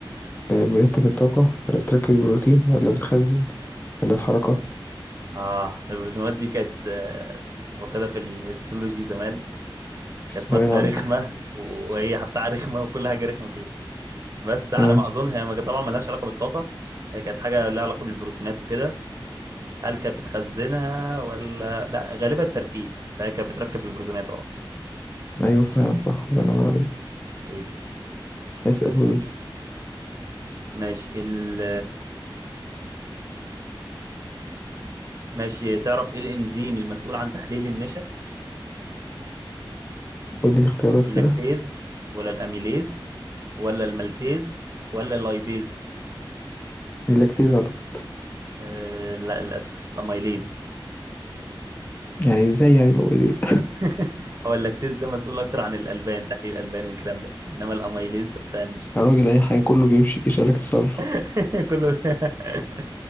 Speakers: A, on the left; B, on the right.
A: آه بننتج الطاقة ولا بتركب البروتين ولا بتخزن ولا الحركة؟
B: اه الرسومات دي كانت آه، كنت واخدها في الهيستولوجي زمان
A: ثانوية
B: كانت مادة
A: العامة
B: رخمة و- وهي بتاع رخمة وكل حاجة رخمة فيها بس على
A: آه
B: ما اظن هي ما- طبعا ملهاش علاقه بالطاقه هي كانت حاجه لها علاقه بالبروتينات وكده هل كانت بتخزنها ولا لا غالبا التركيب فهي كانت بتركب البروتينات اه
A: أيوه فعلا صح الله ينور عليك
B: حبيبي
A: اسأل وقولي
B: ماشي ال ماشي تعرف ايه الانزيم المسؤول عن تحليل النشا
A: قولي الاختيارات
B: اللاكتيز
A: كده
B: ولا الاميليز ولا المالتيز ولا اللايبيز
A: اللاكتيز أعتقد
B: أه لا للاسف الاميليز
A: يعني إزاي يعني لو إليز؟
B: <laughs> هو اللاكتيز ده مسؤول اكتر عن الالبان تحليل الالبان والكلام ده انما الاميليز ده بتاع النشا
A: <laughs> يا راجل أي حاجة كله بيمشي كيش قالك تتصرف
B: <laughs> كله <laughs>